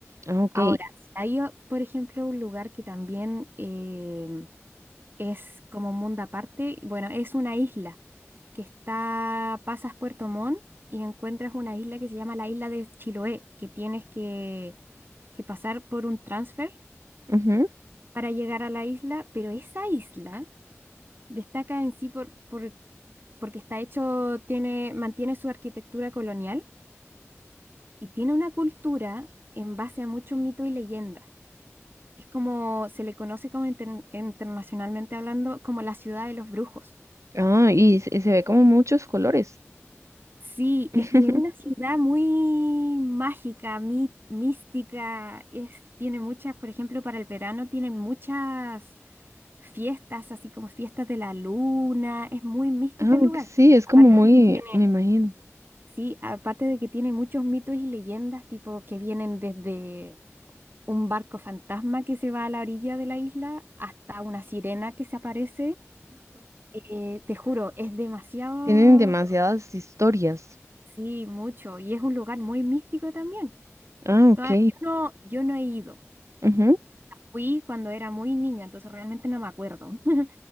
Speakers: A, on the right (about 80°); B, on the right (about 45°).
A: Ah, ok.
B: Ahora, si hay, o- por ejemplo, un lugar que también em, Es como un mundo aparte. Bueno, es una isla que está, pasas Puerto Montt y encuentras una isla que se llama la isla de Chiloé, que tienes que, que pasar por un transfer
A: ujú.
B: para llegar a la isla, pero esa isla destaca en sí por, por- porque está hecho, tiene, mantiene su arquitectura colonial y tiene una cultura en base a mucho mito y leyenda. Es como, se le conoce como inter- internacionalmente hablando como la ciudad de los brujos.
A: Ah, y se, se ve como muchos colores.
B: Sí,
A: <laughs>
B: es que es una ciudad muy mágica, mí- mística, es, tiene muchas, por ejemplo, para el verano tienen muchas fiestas, así como fiestas de la luna, es muy mística
A: Ah,
B: el lugar.
A: ok, sí, es
B: Aparte
A: como muy,
B: de que tiene,
A: me imagino.
B: sí, aparte de que tiene muchos mitos y leyendas, tipo que vienen desde un barco fantasma que se va a la orilla de la isla hasta una sirena que se aparece. Eh, te juro, es demasiado,
A: Tienen demasiadas historias.
B: sí, mucho, y es un lugar muy místico también.
A: Ah,
B: Toda-
A: ok.
B: yo no, yo no he ido.
A: Ujú.
B: Fui cuando era muy niña, entonces realmente no me acuerdo. <laughs>